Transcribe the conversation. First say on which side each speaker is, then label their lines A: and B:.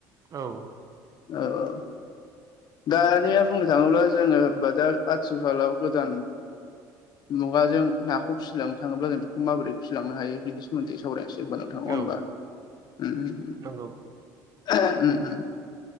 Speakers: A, on the right; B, on the left.
A: औ
B: औ औ दानिया बुंनो थाङोब्ला जोङो होनबा दा आथिखालाव गोदान मुगाजों नाखौ फिसिलांनो थाङोब्ला जों बेखौ माबोरै फिलांनो हायो बेनि सोमोन्दै सावरायनिसै होनबा नङा होमबा
A: औ
B: ओम
A: नंगौ
B: ओम ओम